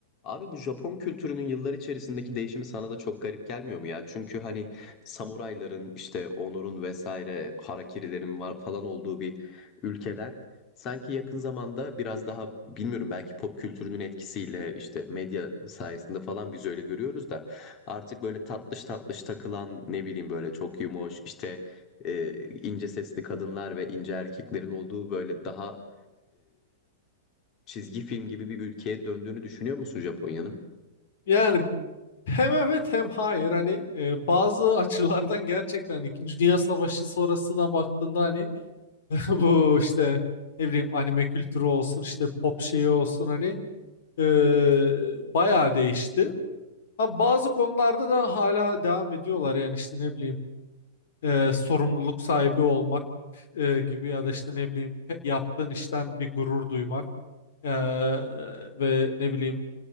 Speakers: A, on the left (about 35°); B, on the left (about 60°).
A: Abi bu Japon kültürünün yıllar içerisindeki değişimi sana da çok garip gelmiyor mu ya? Çünkü hani samurayların işte onurun vesaire harakirilerin var falan olduğu bir ülkeden sanki yakın zamanda biraz daha bilmiyorum belki pop kültürünün etkisiyle işte medya sayesinde falan biz öyle görüyoruz da artık böyle tatlış tatlış takılan ne bileyim böyle çok yumoş işte e, ince sesli kadınlar ve ince erkeklerin olduğu böyle daha çizgi film gibi bir ülkeye döndüğünü düşünüyor musun Japonya'nın?
B: Yani hem evet hem hayır hani e, bazı açılardan gerçekten İkinci Dünya Savaşı sonrasına baktığında hani <laughs> bu işte ne bileyim anime kültürü olsun işte pop şeyi olsun hani e, bayağı değişti. Ama bazı konularda da hala devam ediyorlar yani işte ne bileyim e, sorumluluk sahibi olmak e, gibi ya da işte ne bileyim pe- yaptığın işten bir gurur duymak e, ve ne bileyim